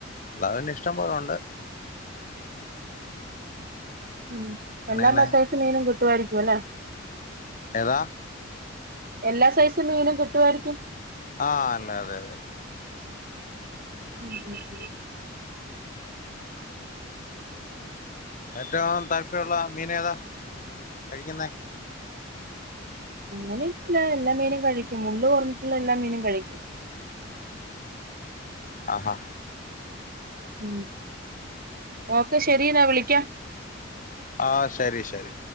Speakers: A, on the left; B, on the right.
A: ലവിന്റെ ഇഷ്ടം പോല ഒണ്ട്
B: ഉം
A: അങ്ങനെങ്ങനെ
B: എല്ലാ മസായസും മീനും കിട്ടായിരിക്കും അല്ലേ
A: എതാ
B: എല്ലാ സൈസും മീനും കിട്ടുമായിരിക്കും
A: ആഹ് അല്ലെ അതെ അതെ
B: <inaudible>
A: ഏറ്റവും താല്പര്യമുള്ള മീനേതാ കഴിക്കുന്നേ
B: അങ്ങനെ വെച്ച എല്ലാ മീനും കഴിക്കും മുള്ള് കുറഞ്ഞിട്ടുള്ള എല്ലാ മീനും കഴിക്കും
A: ആഹാ
B: ഉം ഓക്കെ ശെരിന്നാ വിളിക്കാം
A: ആഹ് ശരി ശരി